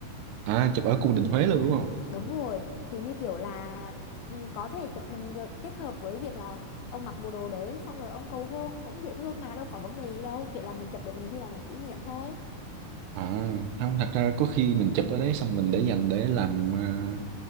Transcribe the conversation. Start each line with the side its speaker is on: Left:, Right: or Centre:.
Right: à chụp ở cung đình Huế luôn đúng không
Left: Đúng rồi, thì như kiểu là ừ, có thể chụp hình gợ- kết hợp với việc là ông mặc bộ đồ đấy xong rồi ông cầu hôn cũng dễ thương mà đâu có vấn đề gì đâu, kiểu là mình chụp để mình ghi lại làm kỷ niệm thôi.
Right: à không thật ra có khi mình chụp ở đấy xong mình để dành để làm uh,